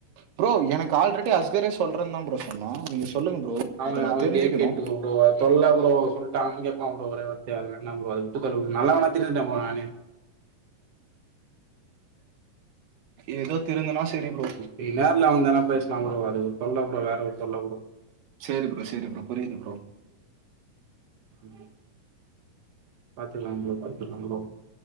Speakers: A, on the right (about 75°); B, on the right (about 55°).
A: ப்ரோ எனக்கு ஆல்ரெடி அஸ்கரே சொல்ற தா ப்ரோ சொன்னா நீங்க சொல்லுங்க ப்ரோ
B: அவ
A: அதை நான்
B: அவ
A: தெரிஞ்சுக்கணும்
B: கிட்டயே கேட்டுக்கோ ப்ரோ அத் சொல்ல ப்ரோ சொல்ட்டாங்கன் கேப்பா ப்ரோ ஒரே வார்த்தயா அது வேனா ப்ரோ அது விட்டுத் தள்ளு நல்லவனா திருந்திட்ட ப்ரோ நானு
A: ஏதோ திருந்தனா செரி ப்ரோ
B: நீ நேர்ல வந்தனா பேசலா ப்ரோ அது ஒரு தொல்ல ப்ரோ வேற ஒரு தொல்ல வுடு
A: சேரி ப்ரோ சேரி ப்ரோ புரியுது ப்ரோ
B: ஆப்பி ப்ரோ பாத்துக்கலா ப்ரோ பாத்துக்கலா ப்ரோ